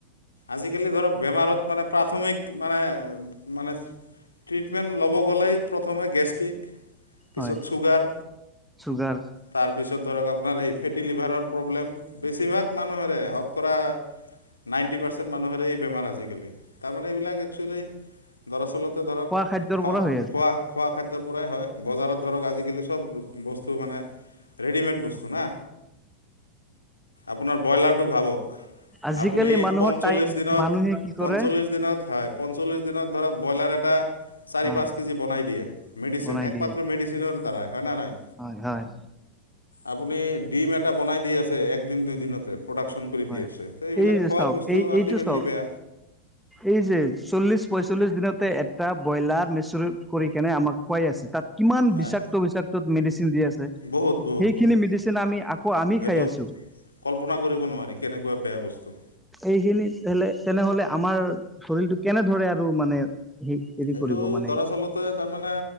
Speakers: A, on the left (about 80°); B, in the centre.
A: আজিকালি ধৰক বেমাৰত মানে প্ৰাথমিক মানে, মানে ট্ৰিটমেণ্ট ল'ব গ'লেই, প্ৰথমে গেষ্ট্ৰিক পিছত
B: হয়
A: চুগাৰ,
B: চুগাৰ
A: তাৰপিছত ধৰক আপোনাৰ এই ফেটি লিভাৰৰ প্ৰব্লেম বেছিভাগ মানুহেৰে সৎ কৰা, নাইণ্টি পাৰ্চেণ্ট মানুহেৰে এই বেমাৰ আজিকালি। তাৰমানে এইবিলাক একচুৱেলি দৰাচলতে ধৰক
B: খোৱা খাদ্যৰ
A: খ-খোৱা,
B: পৰা হৈ আছে।
A: খোৱা খাদ্যৰ পৰাই হয়, বজাৰত ধৰক আজিকালি চব ব-বস্তু মানে, ৰেডিমেড বস্তু না। আপোনাৰ বইলাৰটো ভাবক।
B: আজিকালি
A: আপুনি
B: মানুহৰ
A: পঞ্চল্লিছ
B: টাই
A: দিনত,
B: মানুহে কি কৰে
A: পঞ্চল্লিছ দিনত হয়। পঞ্চলিছ দিনত ধৰক ব্ৰইলাৰ এটা চাৰি
B: অ
A: পাঁচ কেজি বনাই দিয়ে, মেডিচিন,
B: বনাই
A: একমাত্ৰ
B: দিয়ে
A: মেডিচিনৰ দ্বাৰাই হয়নে, নাই?
B: হয়, হয়।
A: আপুনি ডিম এটা বনাই দি আছে, এক দিন দুই দিনতে প্ৰডাকচন কৰি
B: হয়।
A: দি আছে। তো এইবিলাক
B: এই যে
A: খোৱা
B: চাওক,
A: বস্তু
B: এই-এইটো
A: আল্টিমেটলি
B: চাওক
A: বেয়া
B: এই যে চল্লিশ, পচল্লিশ দিনতে এটা ব্ৰইলাৰ মেচৰিত কৰি কেনে আমাক খোৱাই আছে, তাত কিমান
A: হয়
B: বিষাক্ত, বিষাক্তত মেডিচিন দি আছ ছে।
A: বহুত বহুত
B: সেইখিনি
A: বহুত
B: মেডিচিন আমি, আকৌ আমি
A: সেইটো
B: খাই আছো।
A: কল্পনা কৰিব নোৱাৰি, কেনেকুৱা বেয়া বস্তু।
B: এইখিনিত হ'লে, তেনেহ'লে আমাৰ শৰীৰটো কেনেদৰে আৰু মানে হেৰি
A: এইটো
B: কৰিব মানে
A: দৰাচলতে তাৰমানে